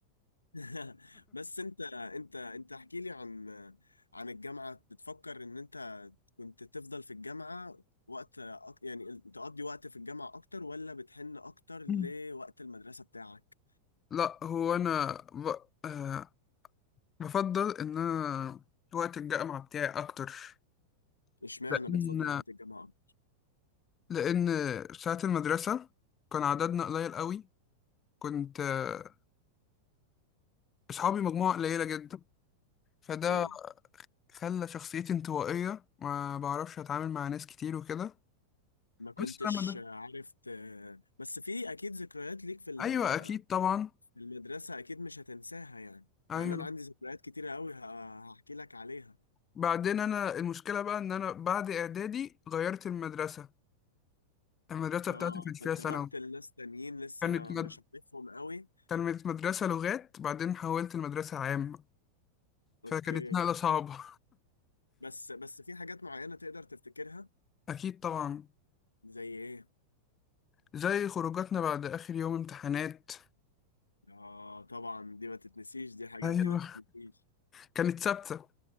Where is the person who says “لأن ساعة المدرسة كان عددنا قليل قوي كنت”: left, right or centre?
Left